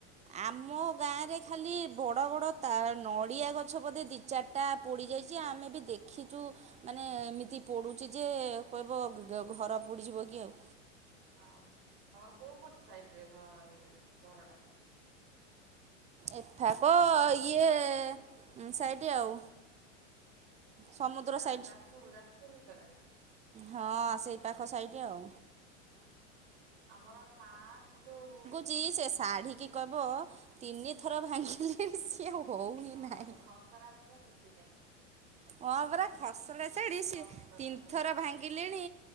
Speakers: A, on the right (about 20°); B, on the right (about 60°).
A: ଆମ ଗାଁରେ ଖାଲି ବଡ଼ ବଡ଼ ତାଳ ନଡ଼ିଆ ଗଛ ବୋଧେ ଚାରିଟା ପୋଡିଯାଇଚି ଆମେ ବି ଦେଖିଚୁ ମାନେ ଏମିତି ପୁ ଚି ଯେ କହିବ ଗି ଗ ଘର ପୋଡିଯିବ କି ଆଉ।
B: ଆଉ ତମର କୋଉ ପଟେ ସାଇଟ୍ ରେ ଘ ଏଇଟା ଅଛି ଘରଟା?
A: ଏଠାକ ଇଏ ଉଁ ସାଇଟ୍ ଆଉ। ସମୁଦ୍ର
B: ଯା
A: ସାଇଟ୍
B: ଯାଜପୁର ଯାଜପୁର ଭିତରେ
A: ହଁ ସେଇ ପାଖ ସାଇଟ ଆଉ।
B: ଆଛା ଆମର ଫାଷ୍ଟ ଯୋଉ
A: ଚି ସେ ଶାଢ଼ୀ କି କହିବ ତିନି ଥର ଭାଙ୍ଗିଲି ସିଏ ହଉ ହିଁ
B: ହଁ
A: ନାହିଁ
B: ସେ ଖସରା ଥିବ ସେଥିପାଇଁ।
A: ହଁ ପରା ଖସଡ଼ା ଶାଢ଼ି ସିଏ
B: ଖସରା
A: ତିନି
B: ଶାଢ଼ୀ।
A: ଥର ଭାଙ୍ଗିଲିଣି